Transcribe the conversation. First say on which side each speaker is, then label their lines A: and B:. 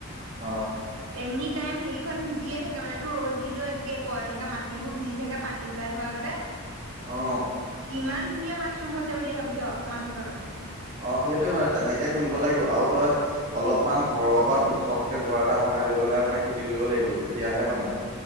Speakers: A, on the right (about 35°); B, on the right (about 70°).
A: অঁ'
B: এনি টাইম সেইখন ভিজিয়ে থাকে মানে তোৰ ৰ'দ দিলে কেপ এনেকে মাটিবোৰ ভিজি থাকে পানী ওলাই থকাকতে
A: অ
B: কিমান ধুনীয়া মাচৰুম হৈছে বুলি ভাবিছ মানুহজনৰ
A: অ সেইটোয়ে মানে তেনেকে কৰিব লাগিব আৰু তই অলপমান ঘৰৰ পৰা ওখকে ঘৰ এটা বনাই লৈ পেলাই মানে খেতি কৰিব লাগিব তেতিয়াহে মানে